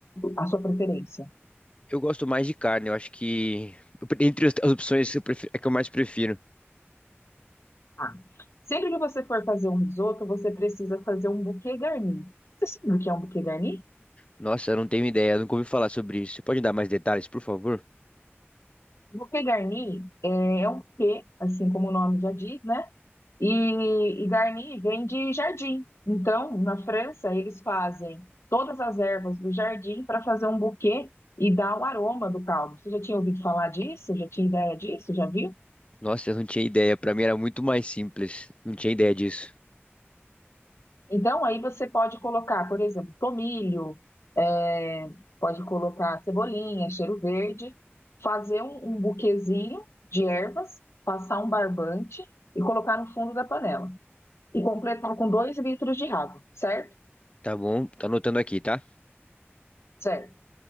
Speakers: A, on the left; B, on the left.
A: a sua preferência?
B: Eu gosto mais de carne, eu acho que eu pre- entre as as opções eu prefiro, é que eu mais prefiro.
A: Ah, sempre que você for fazer um risoto, você precisa fazer um bouquet garni. Você sabe o que é um bouquet garni?
B: Nossa, eu não tenho ideia, eu nunca ouvi falar sobre isso. Você pode dar mais detalhes, por favor?
A: O bouquet garni é é um buquê, assim como o nome já diz, né? E, e Garni vem de jardim. Então, na França, eles fazem todas as ervas do jardim para fazer um buquê e dar o aroma do caldo. Você já tinha ouvido falar disso? Já tinha ideia disso? Já viu?
B: Nossa, eu não tinha ideia, pra mim era muito mais simples. Não tinha ideia disso.
A: Então, aí você pode colocar, por exemplo, tomilho, é, pode colocar cebolinha, cheiro verde, fazer um, um buquezinho de ervas, passar um barbante e colocar no fundo da panela. E completar com dois litros de água, certo?
B: Tá bom, tá anotando aqui, tá?
A: Certo.